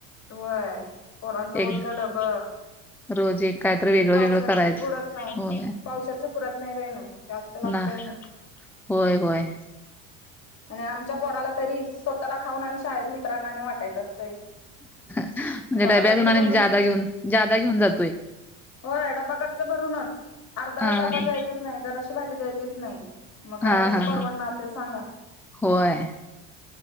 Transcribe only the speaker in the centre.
एकदा
रोज एक कायतरी वेगळं
वेगळं करायचं
होय
ना
होय होय
म्हणजे
डब्यातून
आणि
जादा घेऊन जादा घेऊन जातोय
हा
हा
हा
हा हा.
होय